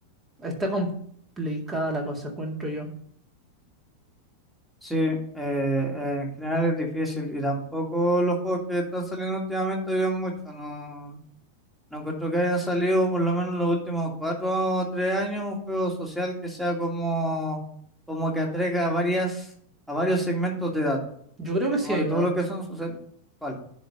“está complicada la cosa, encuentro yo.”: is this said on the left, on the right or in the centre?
Right